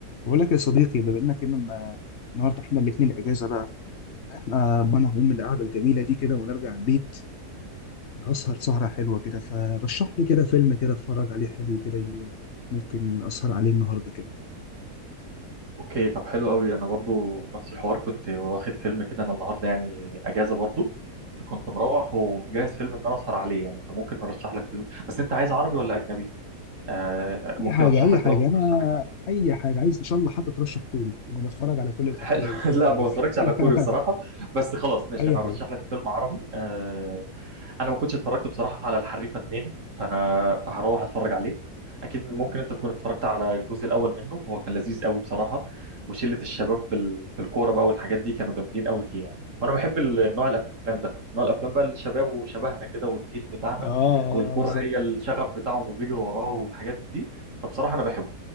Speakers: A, on the left (about 50°); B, on the right (about 50°).
A: بقول لك يا صديقي بما انك إن إن- النهارده احنا الاثنين اجازه بقى احنا ما انا هقوم من القعده الجميله دي كده ونرجع البيت هسهر سهره حلوه كده فرشح لي كده فيلم كده اتفرج عليه حلو كده ي- ممكن اسهر عليه النهارده كده
B: اوكي طب حلو قوي انا برضو نفس الحوار كنت واخد فيلم كده انا النهارده يعني اجازه برضو فكنت مروح ومجهز فيلم ان انا اسهر عليه يعني فممكن ارشح لك فيلم بس انت عايز عربي ولا اجنبي آه
A: اي
B: ممكن
A: حاجه
B: ارشح
A: اي
B: لك
A: حاجه
B: ده وممكن
A: انا
B: ارشح لك ده
A: اي حاجه عايز ان شاء الله حتى ترشح كوري انا بتفرج على كل
B: حلو
A: الافلام
B: <laughs>
A: يعني انت
B: لا
A: عارف
B: ما بتفرجش
A: <laughs>
B: على كوري بصراحه بس خلاص ماشي
A: اي
B: انا
A: حاجه
B: ارشح لك فيلم عربي آه انا ما كنتش اتفرجت بصراحه على الحريفه اتنين فانا هروح اتفرج عليه اكيد ممكن انت تكون اتفرجت على الجزء الاول منه هو كان لذيذ قوي بصراحه وشله الشباب بال- في الكوره بقى والحاجات دي كانوا جامدين قوي فيه يعني وانا بحب ال- نوع الافلام ده نوع الافلام بقى الشباب وشبهنا كده والجيل بتاعنا
A: اه آه،
B: والكوره
A: آه، بالظبط
B: هي الشغف بتاعهم وبيجروا وراه والحاجات دي فبصراحه انا بحبه